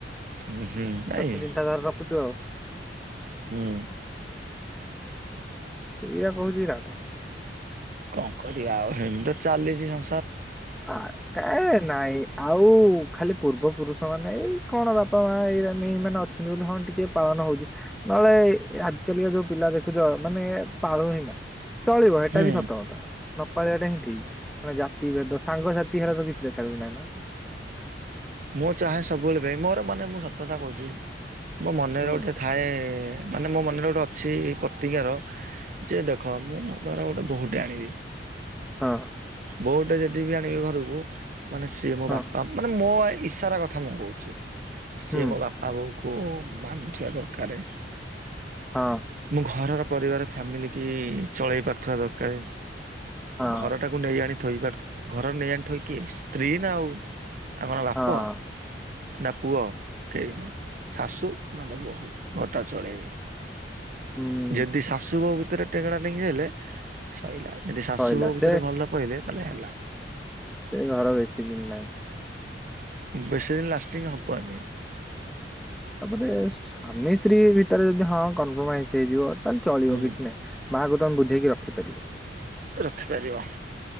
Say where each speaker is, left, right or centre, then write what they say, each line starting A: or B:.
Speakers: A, on the right; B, in the centre.
A: ହଁ ହୁଁ ନାଇଁ
B: ଛୋଟ ଚିନ୍ତାଧାରା ରଖୁଛୁ ଆଉ
A: ହୁଁ।
B: ସେଇଆ କହୁଛି ରାଗ।
A: କଣ କରିବା ଆଉ ହେମିତି ତ ଚାଲିଛି ସବୁ।
B: ହଁ କାଇ ନା ଆଉ ଖାଲି ପୂର୍ବ ପୁରୁଷ ମାନେ ଏଇ କଣ ବାପା ମା ଏଇେ ମାନେ ଅଛନ୍ତି ବୋଲି ହଁ ଟିକେ ପାଳନ ହଉଛି ନହେଲେ ଆଜିକାଲିିକା ଯୋଉ ପିଲା ଦେଖୁଛ ମାନେ ପାଳୁ ହିଁ ନା ଚଳିବ ସେଟା
A: ହୁଁ
B: ବି ସତକଥା ନପଳିବାଟା ହିଁ ଠିକ ମେ ଜାତି ଭେଦ ସାଙ୍ଗସାଥି ହେଲେ ତ କିଛି ଦେଖା କି ନାଇଁ ପା।
A: ମୁଁ ଚାହେଁ ସବୁବେଳେ ଭାଇ ମୋର ମନେ ମୁଁ ସତ କଥା କହୁଛି ମୋ ମନରେ
B: ହୁଁ।
A: ଗୋଟେ ଥାଏ ମାନେ ମୋ ମନରେ ଗୋଟେ ଅଛି ପ୍ରତିକାର। ଯେ ଦେଖ ମୁଁ ଧର ଗୋଟେ ବୋହୁଟେ ଆଣିବି।
B: ହଁ।
A: ବୋଉଟେ ଯଦି ବି ଆଣିବେ ଘରକୁ ମାନେ ସିଏ ମୋ
B: ହଁ
A: ବାପା ମାନେ ମୋ ଇଷାରା କଥା ମୁଁ କହୁଛି ସିଏ
B: ହୁଁ
A: ମୋ ବାପା ଆଉ ବୋଉକୁ ମାନୁଥିବା ଦରକାର।
B: ହଁ।
A: ମୁଁ ଘରର ପରିବାର ଫ୍ୟାମିଲି କି ଚଳେଇ ପାରୁଥିବା ଦରକାର
B: ହଁ
A: ଘରଟା ନେଇ ଆଣି ଥୋଇ ପାର ଘରର ନେଇ ଆଣିଥୋଇକି ସ୍ତ୍ରୀ ନା ଆଉ। ଆ କଣ ବାପ
B: ହଁ
A: ନା ପୁଅ। କି ଶାଶୁ ନହେଲେ ବୋହୂ ଘଟା ଚଳେଇବେ।
B: ହୁଁ।
A: ଯଦି ଶାଶୁ ବୋଉ ଭିତରେ ଟେଙ୍ଗଡ଼ା ଟେଙ୍ଗି ହେଲେ ସଇଲା ଯଦି ଶାଶୁ
B: ସଇଲା
A: ବାଉ ଭିତରେ
B: ସେ
A: ଭଲ କହିଲେ ତାହେଲେ ହେଲା।
B: ସେ ଘର ବେଶୀ ଦିନ ନାହିଁ।
A: ବେଶିଦିନ ଲାଷ୍ଟିଂ ହବନି।
B: ତାପରେ ସ୍ୱାମୀ ସ୍ତ୍ରୀ ଭିତରେ ଯଦି ହଁ କମ୍ପ୍ରମାଇଜ ହେଇଯିବ। ତାହେଲେ ଚଳିବ
A: ହୁଁ
B: କିଛି ନାହିଁ ମାଆ କୁ ତ ଆମେ ବୁଝେଇକି ରଖିପାରିବା।
A: ରଖିପାରିବା।